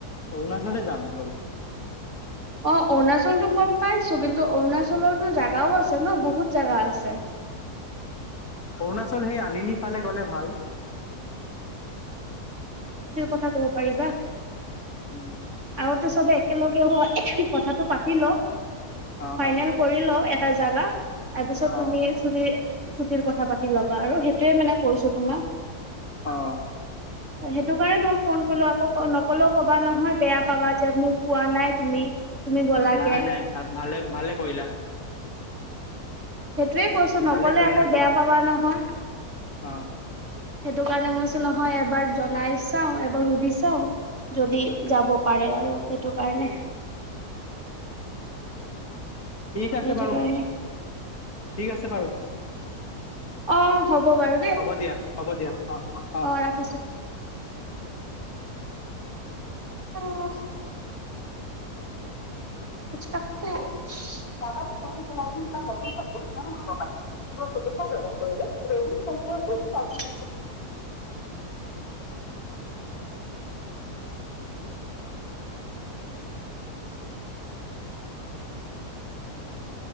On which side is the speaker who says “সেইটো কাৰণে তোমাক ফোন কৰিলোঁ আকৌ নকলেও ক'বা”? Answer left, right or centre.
Right